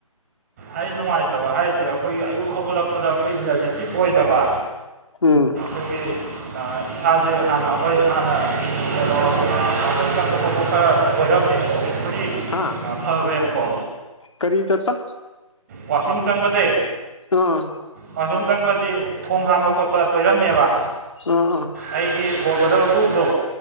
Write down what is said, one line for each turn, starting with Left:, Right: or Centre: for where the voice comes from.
Right: ꯑꯩ ꯅꯨꯡꯉꯥꯏꯇꯕ ꯍꯥꯏꯁꯦ ꯑꯩꯈꯣꯏꯒꯤ ꯑꯌꯨꯛ ꯍꯧꯒꯠꯂꯛꯄꯗ ꯑꯩꯈꯣꯏ ꯏꯅꯔꯖꯤꯇꯤꯛ ꯑꯣꯏꯗꯕ
Left: ꯎꯝ
Right: ꯑꯩꯈꯣꯏꯒꯤ ꯏꯁꯥꯁꯦ ꯍꯥꯟꯅ ꯍꯣꯏ ꯍꯥꯟꯅ ꯀꯩꯅꯣ ꯄꯥꯁꯟ ꯀꯃꯣ ꯀꯊ ꯩꯔꯝꯅꯤ ꯍꯥꯏꯦꯜꯣꯈ
Left: ꯍꯥ
Right: ꯚꯥꯦꯕꯀꯣ
Left: ꯀꯔꯤ ꯆꯠꯇ
Right: ꯋꯥꯁꯔꯨꯝ ꯆꯪꯕꯁꯦ
Left: ꯑꯥ
Right: ꯋꯥꯁꯔꯨꯝ ꯆꯪꯕꯗꯤ ꯈꯣꯡ ꯍꯥꯝꯕ ꯈꯣꯠꯄ ꯇꯣꯏꯔꯝꯃꯦꯕ
Left: ꯑꯥ ꯑꯥ
Right: ꯑꯩꯒꯤ ꯒꯣꯇꯗꯜ ꯐꯨꯕꯗꯣ